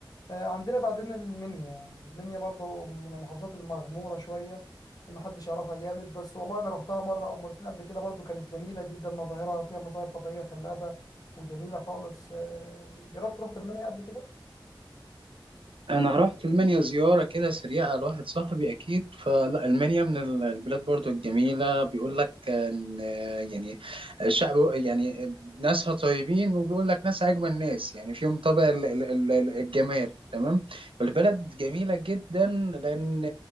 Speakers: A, on the left; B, on the right.
A: آه، عندنا بعدين المنيا المنيا برضه من المحافظات المغمورة شوية ما حدش يعرفها جامد بس والله أنا روحتها مرة أو مرتين قبل كده برضه كانت جميلة جدا مظاهرها فيها مظاهر طبيعية خلابة وجميلة خالص آه، جربت رحت المنيا قبل كده
B: انا رحت المانيا زياره كده سريعه لواحد صاحبي اكيد فلا المانيا من ال- البلاد برضو الجميله بيقول لك ان يعني الشعب يعني ناسها طيبين وبيقول لك ناس اجمل ناس يعني فيهم طبع ال- ال- ال- الجمال تمام البلد جميله جدا لان